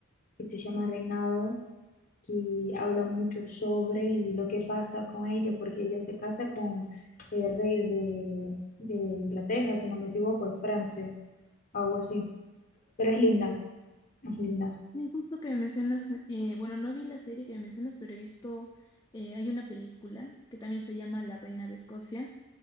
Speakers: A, on the left (about 35°); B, on the left (about 15°).
A: que se llama Reinado, que habla mucho sobre y lo que pasa con ella, porque ella se casa con el rey de, de Inglaterra, si no me equivoco, de Francia, algo así. Pero es linda, es linda,
B: Y justo que me mencionas, eh, bueno, no vi la serie que me mencionas, pero he visto, eh, hay una película que también se llama La Reina de Escocia